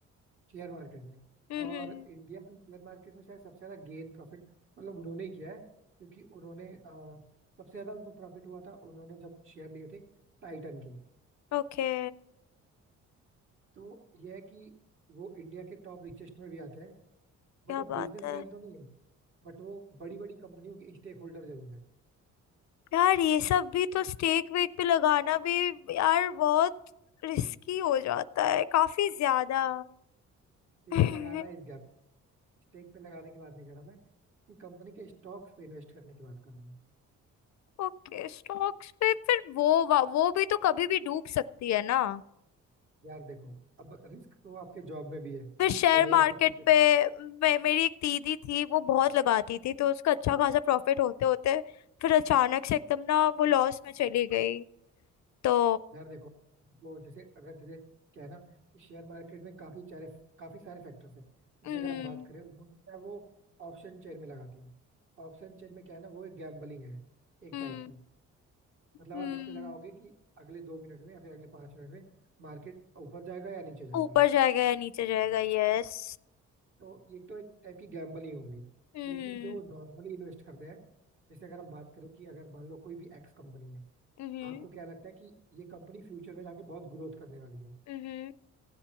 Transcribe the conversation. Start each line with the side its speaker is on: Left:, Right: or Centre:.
Right: शेयर मार्केट में
Left: हम्म
Right: और
Left: हम्म,
Right: इंडिया में शेयर मार्केट में शायद सबसे ज्यादा गेन प्रॉफिट मतलब उन्होंने ही किया है क्योंकि उन्होंने अ, सबसे ज्यादा उनको प्रॉफिट हुआ था उन्होंने जब शेयर लिए थे टाइटन के
Left: ओके
Right: तो यह है कि वो इंडिया के टॉप रिचेस्ट में भी आते हैं बट
Left: क्या
Right: वो
Left: बात
Right: बिजनेसमैन
Left: है
Right: तो नहीं है बट वो बड़ी बड़ी कंपनियों के स्टेक होल्डर जरूर है
Left: यार ये सब भी तो स्टेक वेक पे लगाना भी यार बहुत रिस्की हो जाता है काफी ज्यादा
Right: स्टेक
Left: <laughs>
Right: लगाना इस गैप स्टेक पे लगाने की बात नहीं कर रहा मैं कि कंपनी के स्टॉक्स पे इन्वेस्ट करने की बात कर रहा हूँ
Left: ओके स्टॉक्स पे फिर वो वा- वो भी तो कभी भी डूब सकती है ना
Right: यार देखो अब रिस्क तो आपके जॉब में भी है
Left: फिर शेयर
Right: एआई
Left: मार्केट
Right: आपको कब
Left: पे मे, मेरी एक दीदी थी वो बहुत लगाती थी तो उसका अच्छा खासा प्रॉफिट होते होते फिर अचानक से एकदम ना वो लॉस में चली गई तो
Right: यार देखो वो जैसे अगर जैसे क्या है ना कि शेयर मार्केट में काफी सारे काफी सारे फैक्टर्स हैं जैसे
Left: हम्म
Right: अगर हम बात करें वो क्या है वो ऑप्शन चेन में लगाती है ऑप्शन चेन में क्या है ना वो एक गैम्बलिंग है एक
Left: हम्म
Right: टाइप की
Left: हम्म
Right: मतलब आप इस पे लगाओगे कि अगले दो मिनट में या फिर अगले पांच मिनट में मार्केट ऊपर जाएगा या नीचे जाएगा
Left: ऊपर जाएगा या नीचे जाएगा यस
Right: तो ये तो एक टाइप की गैम्बलिंग हो गई
Left: हम्म
Right: लेकिन जो नॉर्मली इन्वेस्ट करते हैं जैसे अगर हम बात करें कि अगर मान लो कोई भी एक्स कंपनी है
Left: हम्म हम्म।
Right: आपको क्या लगता है कि ये कंपनी फ्यूचर में जाके बहुत ग्रोथ करने वाली है
Left: हम्म